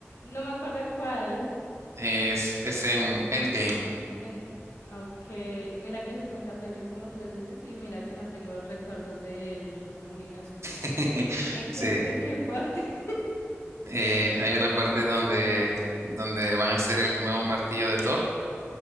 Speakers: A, on the left; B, on the right.
A: No me acuerdo en cuál.
B: Es, es en Endgame.
A: En... Ok. Mira que yo me esa peli como tres veces y mira que no tengo recuerdos de él como gigante.
B: <laughs>
A: ¿En qué,
B: Sí.
A: en qué parte? <laughs>
B: eh, hay una parte donde, donde van a hacer el nuevo martillo de Thor